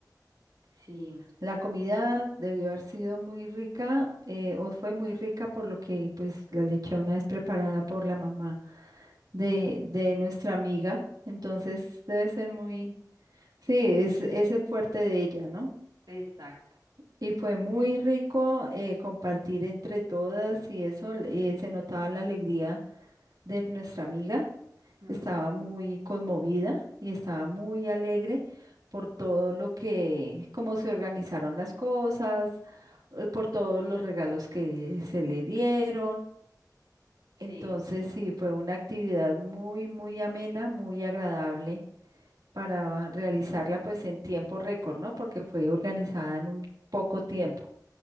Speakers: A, on the right; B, on the right.
A: Sí,
B: La comida debió haber sido muy rica eh, o fue muy rica por lo que pues la lechona es preparada por la mamá de, de nuestra amiga, entonces debe ser muy, sí, es, es el fuerte de ella, ¿no?
A: exacto.
B: Y fue muy rico eh, compartir entre todas y eso, eh, se notaba la alegría de nuestra amiga.
A: Mm,
B: Estaba muy conmovida y estaba muy alegre por todo lo que, cómo se organizaron las cosas, eh, por todos los regalos que se le dieron.
A: sí,
B: Entonces, sí, fue una actividad muy, muy amena, muy agradable para realizarla pues en tiempo récord, ¿no? Porque fue organizada en un poco tiempo.